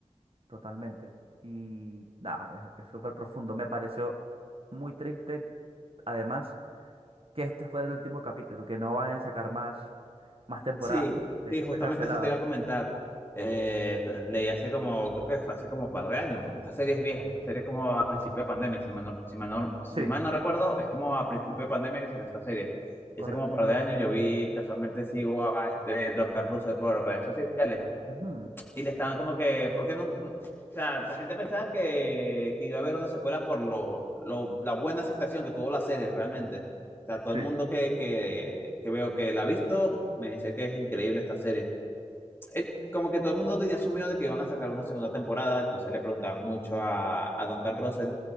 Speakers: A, on the right; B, on the left.
A: totalmente. Y nada, es es súper profundo, me pareció muy triste, además, que este fue el último capítulo, que no van a sacar más, más temporadas,
B: Sí,
A: porque de
B: sí,
A: hecho
B: justamente
A: fue cancelada.
B: eso te iba a comentar. Eh, t- leí hace como, creo que fue hace como un par de años, porque esta serie es vieja, esta serie es como a principio de pandemia, si mal no, si mal no- si
A: Sí,
B: mal no recuerdo, es como a principio de pandemia que salió esta serie.
A: correcto.
B: Y hace como un par de años yo vi, casualmente sigo a este Don Carlos Russell por redes sociales
A: Ujú,
B: y le estaban como que, ¿por qué no? O sea, la gente pensaba que, que iba a haber una secuela por lo, lo- la buena aceptación que tuvo la serie realmente. O sea, todo
A: sí.
B: el mundo que, que, que veo que la ha visto me dice que es increíble esta serie eh, como que todo el mundo tenía asumido de que iban a sacar una segunda temporada, entonces le preguntaban mucho a, a Duncan Russell